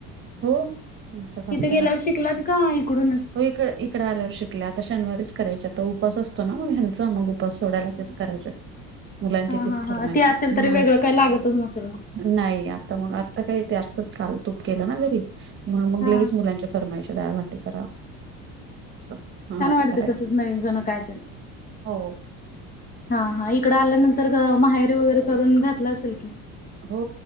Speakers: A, on the right (about 35°); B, on the left (about 25°).
A: हो आमच्यात असते
B: तिथे गेल्यावर
A: ना.
B: शिकलात का इकडून?
A: हो इकड इकडं आल्यावर शिकले आता शनिवारीच करायच्या आता उपवास असतो ना मग ह्यांचा मग उपवास सोडायला
B: हा
A: तेच करायचं आहे मुलांची
B: हा
A: तीच
B: हा
A: फरमाईश
B: हा ते असेल
A: आहे
B: तरी
A: हां.
B: वेगळं काही लागतच नसेल मग
A: नाही आता मग आत्ता काही ते आत्ताच काल तूप केलं ना घरी. म्हणून मग
B: हा
A: लगेच मुलांच्या फरमाईश डाळभाटी करा. अस हां
B: छान
A: आता
B: वाटतं
A: करायचं
B: तसंच नवीन जुनं काय
A: हो.
B: हां हां इकड आल्यानंतर माहेरीे वगैरे करून घातलं असेल की.
A: हो